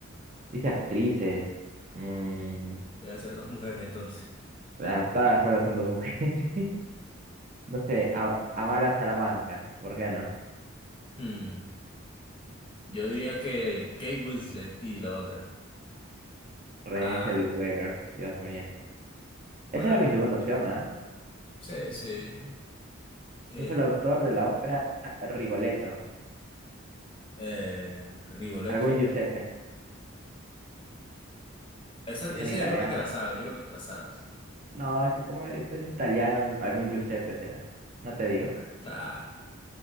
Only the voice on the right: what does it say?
dice actrices. Mm,
la- todas las puertas son dos mujeres. <laughs> No sé, A- Amara Salamanca, ¿por qué no?
René
Zellweger, Dios mío. Esa
era mi segunda opción, ¿ah?
<laughs>
¿Quién fue el autor de la ópera Rigoletto?
Algún Giuseppe,
que
son italianas.
No, es que como este es italiano, algún Giuseppe será. No te digo.